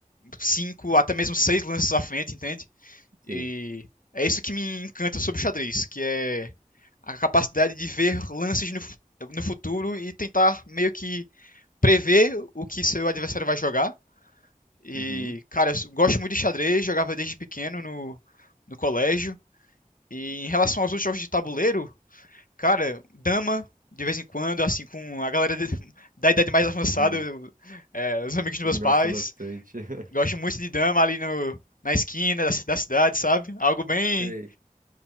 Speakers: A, on the left; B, on the right.
A: cinco, até mesmo seis lances à frente, entende?
B: Sim.
A: E é isso que me encanta sobre o xadrez, que é a capacidade de ver lances no, no futuro e tentar meio que prever o que seu adversário vai jogar e,
B: Uhum.
A: cara, eu gosto muito de xadrez, jogava desde pequeno no, no colégio. E em relação aos outros jogos de tabuleiro, cara, dama, de vez em quando, assim, com a galera de- <laughs> da idade mais avançada,
B: Uhum.
A: eu- é, os amigos dos
B: Gosto
A: meus pais.
B: bastante.
A: Gosto muito de dama ali no, na esquina da, ci- da cidade, sabe? Algo bem
B: <laughs> Sei.